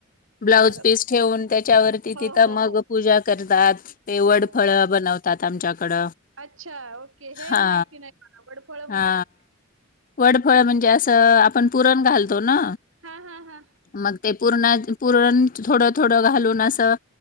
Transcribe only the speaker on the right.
बरोबर
हो
हो
हो हो
हो
अच्छा ओके हे
माहिती नाही मला वडफळ म्हणजे
काय
हा हा हा